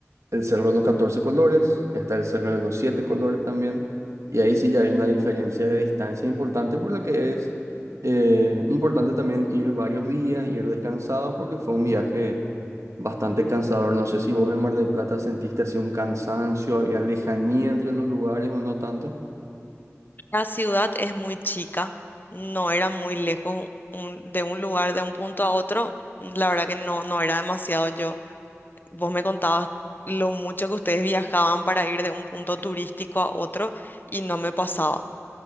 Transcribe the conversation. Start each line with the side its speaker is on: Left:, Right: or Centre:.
Right: el cerro de los 14 colores, está el cerro de los 7 colores también, y ahí sí ya hay una diferencia de distancia importante, por lo que es eh, importante también ir varios días, ir descansado, porque fue un viaje bastante cansador. No sé si vos en Mar del Plata sentiste así un cansancio, había lejanía entre los lugares o no tanto.
Left: La ciudad es muy chica, no era muy lejos un- de un lugar, de un punto a otro. La verdad que no, no era demasiado yo. Vos me contabas lo mucho que ustedes viajaban para ir de un punto turístico a otro y no me pasaba.